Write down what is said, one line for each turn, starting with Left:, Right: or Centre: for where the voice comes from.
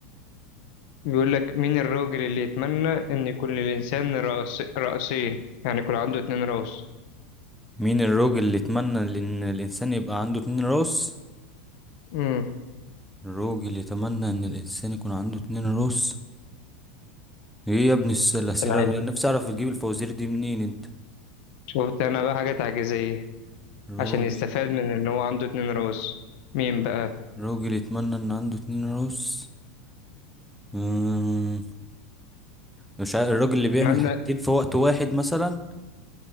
Left: بيقول لك مين الراجل اللي يتمنى ان يكون للانسان رأس رأسين يعني يكون عنده اتنين رأس
Centre: مين الراجل اللي يتمنى ان الانسان يبقى عنده اتنين راس
Left: امم
Centre: الراجل يتمنى ان الانسان يكون عنده اتنين راس ايه يا ابني الس- الاسئله
Left: عشان عايز
Centre: بقى؟ نفسي اعرف بتجيب الفوازير دي منين انت
Left: شفت انا بقى حاجة تعجيزية
Centre: راجل
Left: عشان يستفاد من ان هو عنده اتنين رأس مين بقى
Centre: راجل يتمنى ان عنده اتنين راس أمم، مش عارف الراجل اللي بيعمل
Left: اتمنى
Centre: حاجتين في وقت واحد مثلا